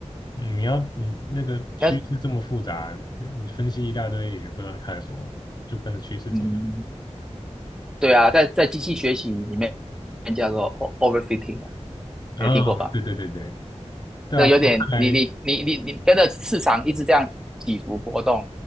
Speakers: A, on the left; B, in the centre.
A: 嗯你要你那个趋势这么复杂，
B: 但
A: 你分析一大堆也不知道在看什么，就跟着趋势走就好。
B: 嗯，对啊，在在机器学习里面叫做 o- overfitting 啊，
A: 啊，
B: 你有听过吧？
A: 对对对对，对啊，
B: 这有点你你你你你跟着市场一直这样起伏波动，
A: 在我看来，